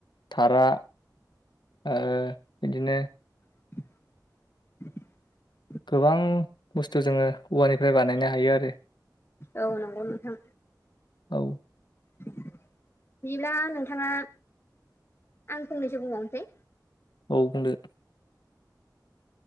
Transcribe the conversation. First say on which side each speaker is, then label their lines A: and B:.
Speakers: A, on the left (about 80°); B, on the left (about 35°).
A: थारा ओ बिदिनो
B: <inaudible>
A: गोबां बुस्थु जोङो औवानिफ्राय बानायनो हायो आरो
B: औ नंगौ नोंथां
A: औ
B: <unintelligible> बिब्ला नोंथाङा आं फंनैसो बुंबावनोसै
A: औ बुंदो।